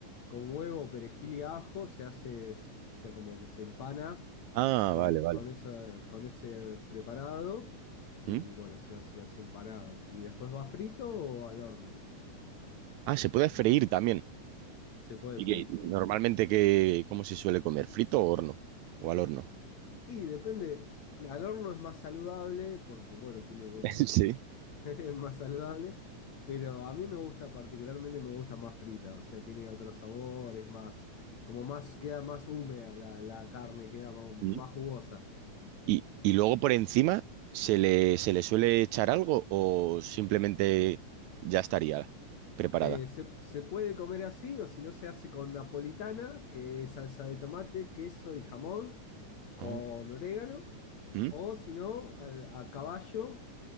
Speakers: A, on the left (about 60°); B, on the right (about 85°).
A: con huevo, perejil y ajo, se hace, o sea, como que se empana
B: Ah,
A: con,
B: vale, vale.
A: con, esa, con ese preparado y
B: ¿Mm?
A: bueno, se hace, se hace empanado. Y después va frito o al horno,
B: Ah, se puede freír también.
A: se puede
B: ¿Y
A: freír,
B: qué?
A: sí.
B: Normalmente qué, cómo se suele comer? ¿Frito o horno? ¿O al horno?
A: Y depende, al horno es más saludable porque, bueno, tiene menos,
B: <laughs> Sí.
A: <laughs> es más saludable, pero a mí me gusta particularmente, me gusta más frita, o sea, tiene otro sabor, es más, como más, queda más húmeda la, la carne, queda más, más
B: ¿Mm?
A: jugosa.
B: Y, y luego por encima se le, se le suele echar algo o simplemente ya estaría preparada.
A: Eh, se, se puede comer así o si no se hace con napolitana, que es salsa de tomate, queso y jamón, con
B: Ah,
A: orégano,
B: ¿Mm?
A: o si no, al- a, caballo,